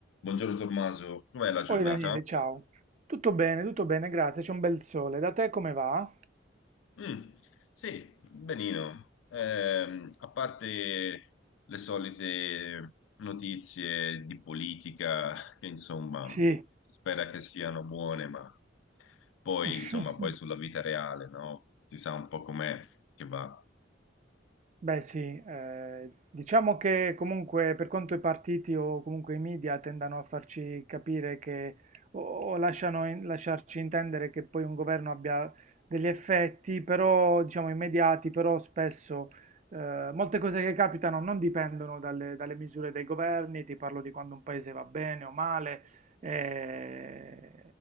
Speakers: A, on the left; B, on the right.
A: Buongiorno Tommaso, com'è la giornata?
B: Oi Daniele, ciao. Tutto bene, tutto bene, grazie. C'è un bel sole. Da te come va?
A: Mm, sì, benino. Ehm, a parte le solite notizie di politica, che insomma,
B: Sì.
A: si spera che siano buone, ma poi,
B: <laughs>
A: insomma, poi sulla vita reale, no? Si sa un po' com'è che va.
B: Beh sì, eh, diciamo che comunque per quanto i partiti o comunque i media tendano a farci capire che o, o lasciano in- lasciarci intendere che poi un governo abbia degli effetti, però diciamo immediati, però spesso eh, molte cose che capitano non dipendono dalle, dalle misure dei governi, ti parlo di quando un paese va bene o male, eh,